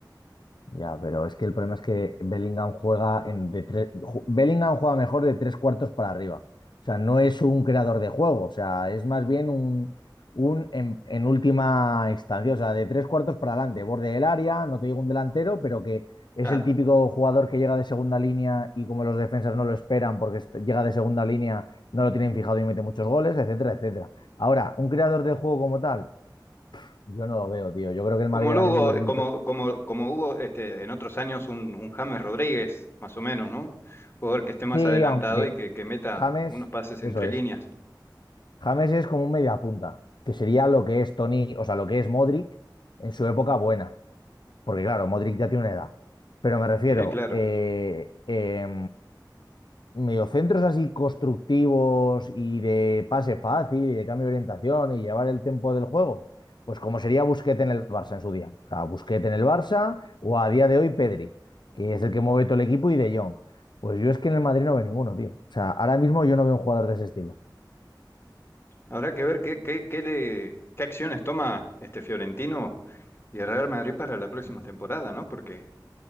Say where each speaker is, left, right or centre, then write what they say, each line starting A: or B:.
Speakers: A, on the left (about 75°); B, on the left (about 30°).
A: Ya, pero es que el problema es que Bellingham juega en de tres, ju- Bellingham juega mejor de tres cuartos para arriba. O sea, no es un creador de juego, o sea, es más bien un, un en, en última instancia, o sea, de tres cuartos para adelante, borde del área, no te digo un delantero, pero que es
B: Claro.
A: el típico jugador que llega de segunda línea y como los defensas no lo esperan porque est- llega de segunda línea, no lo tienen fijado y mete muchos goles, etcétera, etcétera. Ahora, un creador de juego como tal, yo no lo veo, tío. Yo creo que el
B: Como
A: Madrid
B: luego,
A: ahora mismo no tiene
B: como,
A: un... per-
B: como, como hubo este, en otros años un, un James Rodríguez, más o menos, ¿no? Jugador que esté más
A: Sí,
B: adelantado
A: aunque
B: y que, que meta
A: James,
B: unos pases
A: eso
B: entre
A: es.
B: líneas. <laughs>
A: James es como un mediapunta, que sería lo que es Tony, o sea, lo que es Modric en su época buena. Porque claro, Modric ya tiene una edad. Pero me refiero,
B: Sí, claro.
A: eh, eh, mediocentros así constructivos y de pase fácil y de cambio de orientación y llevar el tiempo del juego. Pues como sería Busquets en el Barça en su día. O sea, Busquets en el Barça o a día de hoy Pedri, que es el que mueve todo el equipo y De Jong. Pues yo es que en el Madrid no veo ninguno, tío. O sea, ahora mismo yo no veo un jugador de ese estilo.
B: Habrá que ver qué, qué, qué le, qué acciones toma este Fiorentino y el Real Madrid para la próxima temporada, ¿no? Porque